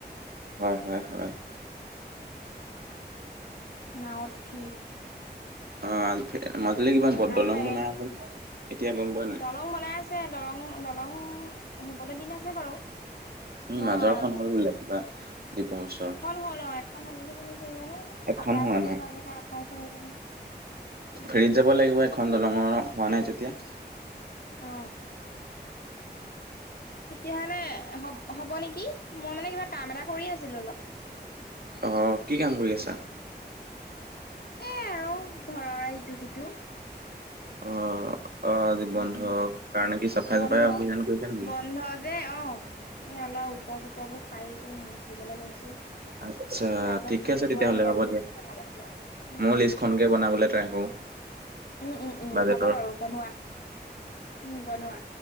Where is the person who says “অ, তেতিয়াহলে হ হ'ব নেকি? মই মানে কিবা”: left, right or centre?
Left